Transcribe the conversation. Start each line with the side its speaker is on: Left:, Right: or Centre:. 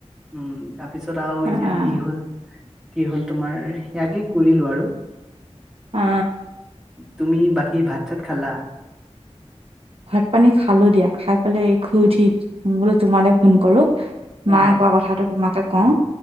Centre: উম তাৰ পিছত আৰু
Right: আহ,
Centre: এতিয়া কি হ'ল কি হ'ল তোমাৰ সেয়াকে কৰিলোঁ আৰু
Right: অ
Centre: তুমি বাকী ভাত-চাত খালা?
Right: ভাত-পানী খালোঁ দিয়া খাই পেলাই শুই উঠি বোলো তোমালে ফোন কৰোঁ
Centre: অ
Right: মায়ে কোৱা কথাটো তোমাকে কওঁ